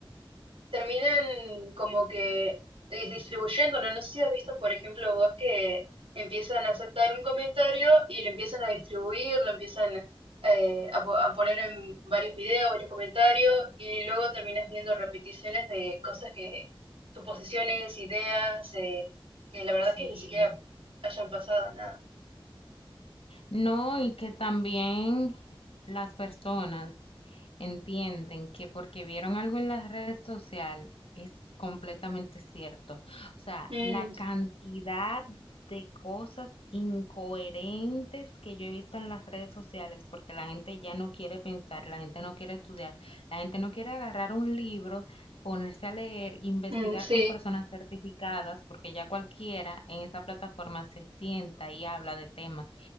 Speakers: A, on the right (about 80°); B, on the left (about 80°).
A: terminan como que eh, distribuyéndolo. No sé si has visto, por ejemplo, vos que empiezan a aceptar un comentario y lo empiezan a distribuir, lo empiezan eh, a, po- a poner en varios videos, varios comentarios, y luego terminas viendo repeticiones de cosas que, suposiciones, ideas, eh, que la verdad
B: Sí,
A: que ni siquiera hayan pasado nada.
B: No, y que también las personas entienden que porque vieron algo en la red social es completamente cierto. O sea,
A: Mm,
B: la cantidad de cosas incoherentes que yo he visto en las redes sociales, porque la gente ya no quiere pensar, la gente no quiere estudiar, la gente no quiere agarrar un libro, ponerse a leer, investigar
A: mm, sí,
B: con personas certificadas, porque ya cualquiera en esa plataforma se sienta y habla de temas